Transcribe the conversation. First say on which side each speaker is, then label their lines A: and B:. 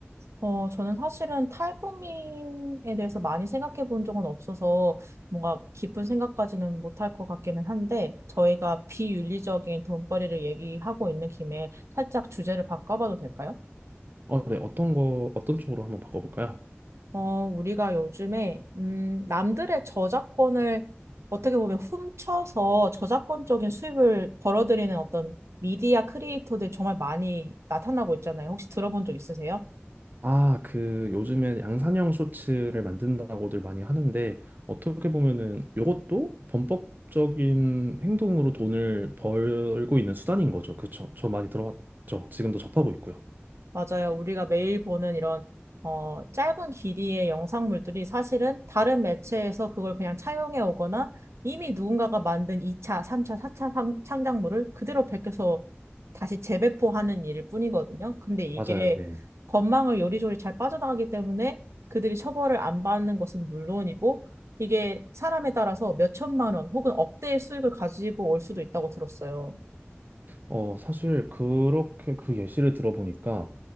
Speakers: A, on the right; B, on the right.
A: 어, 저는 사실은 탈북민에 대해서 많이 생각해 본 적은 없어서 뭔가 깊은 생각까지는 못할 것 같기는 한데 저희가 비윤리적인 돈벌이를 얘기하고 있는 김에 살짝 주제를 바꿔봐도 될까요?
B: 어, 네, 어떤 거, 어떤 쪽으로 한번 바꿔볼까요?
A: 어, 우리가 요즘에, 음, 남들의 저작권을 어떻게 보면 훔쳐서 저작권적인 수입을 벌어들이는 어떤 미디어 크리에이터들 정말 많이 나타나고 있잖아요. 혹시 들어본 적 있으세요?
B: 아, 그 요즘에 양산형 쇼츠를 만든다고들 많이 하는데 어떻게 보면은 요것도 범법적인 행동으로 돈을 벌고 있는 수단인 거죠. 그쵸? 저 많이 들어봤죠. 지금도 접하고 있고요.
A: 맞아요. 우리가 매일 보는 이런 어, 짧은 길이의 영상물들이 사실은 다른 매체에서 그걸 그냥 차용해 오거나 이미 누군가가 만든 2차, 3차, 4차 상, 창작물을 그대로 베껴서 다시 재배포하는 일일 뿐이거든요. 근데 이게
B: 맞아요, 네.
A: 건망을 요리조리 잘 빠져나가기 때문에 그들이 처벌을 안 받는 것은 물론이고 이게 사람에 따라서 몇 천만 원 혹은 억대의 수익을 가지고 올 수도 있다고 들었어요.
B: 어, 사실 그렇게 그 예시를 들어보니까